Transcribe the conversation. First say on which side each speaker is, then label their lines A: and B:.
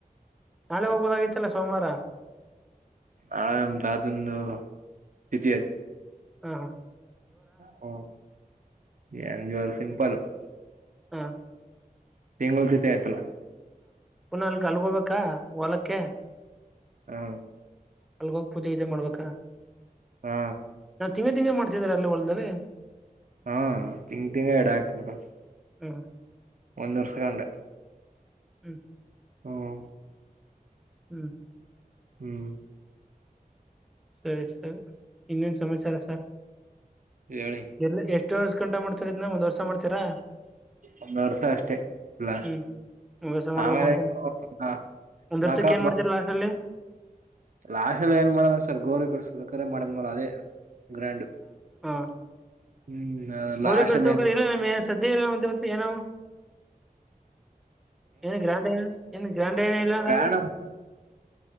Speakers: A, in the centre; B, on the right.
A: ನಾಳೆ ಹೋಗಬಹುದಾಗಿತ್ತಲ್ಲ ಸೋಮವಾರ
B: ಅದೇ ನಮ್ ತಾತ ಎಂದು ತಿಥಿ <unintelligible>
A: ಹಾ ಹಾ
B: ಕೋ ಹ ಜ ಸಿಂಪಲ್ <unintelligible>
A: ಹಾ
B: ಟೈಮ್ ಹೋಗುದೆಆಯ್ತಲ್ಲ
A: ಪುನಅಲ್ಗೋಬೇಕಾ ಹೊಲಕ್ಕೆ
B: ಹಾ
A: ಅಲ್ಗೋಗ್ ಪೂಜೆ ಇದೆ ಮಾಡಬೇಕ
B: ಹಾ
A: ತಿಂಗ ತಿಂಗ ಮಾಡ್ತಿದಿದ್ದಾರೆ ಅಲ್ಲಿಹೊಲ್ದಲ್ಲಿ ಹ <inaudible>
B: ಹಾ ತಿಂಗ್ ತಿಂಗ ಎರಡು ಮಕ್ಕಲ್ <unintelligible>
A: ಹ್ಮ್
B: ಒಂದ್ ವರ್ಷ ಅಂದೆ
A: ಹ್ಮ್
B: ಹ್ಮ್
A: ಹ್ಮ್ <inaudible>
B: ಹ್ಮ್
A: ಸರಿ ಸರಿ ಇನ್ನೆನಸಮಾಚಾರ ಸಾರ್
B: ಹೇಳಿ
A: ಎಲ್ಎಷ್ಟೂ ಕಂ <unintelligible> ಡಮಾಡ್ತ ಇದನ ಒಂದ್ ವರ್ಸ ಮಾಡ್ತೀರಾ
B: ಒಂದ್ ವರ್ಷ ಅಷ್ಟೇ ಲಾಸ್
A: ಹ್ಮ್ ಒಂದ್ ವರ್ಷ ಮಾಡ್ಬೇಕು
B: ಆಮೇಲೆ
A: ಅಂತ
B: ಮ
A: ಒಂದ್ ವರ್ಷಕ್ಕೆ ಏನ್ ಮಾಡ್ತೀರಾ ಲಾಸ್ಟ್ ಅಲ್ಲಿ
B: ಲಾಸ್ಲ್ಲಿ ಏನ್ ಮಾಡದಷ್ಟ <inaudible> ಸರ್ ಗೌರಿ ಕಿಸಬೇಕಕರೆ ಮಾಡಿದ ಮೇ ಅದೇ ಗ್ರ್ಯಾಂಡ್
A: ಹಾ
B: ಹ್ಮ್
A: ಗೋರಿ
B: ಲಾಸ್ಟ್
A: ಕರ್ಸ
B: ಅಲ್ಲಿ
A: ಇಲ್ಲ ಸದ <inaudible> ಗೊತ್ತಿಲ್ಲ ಅಂದ್ರೆ ಏನು ಬೇಕಾದರೂ ಏನ್ ಗ್ರಾಂಡ್ ಏನ್ ಗ್ರಾಂಡ್ ಇಲ್ದಂಗ್
B: ರ್ಯಾಂಡಮ್
A: ಇದೆ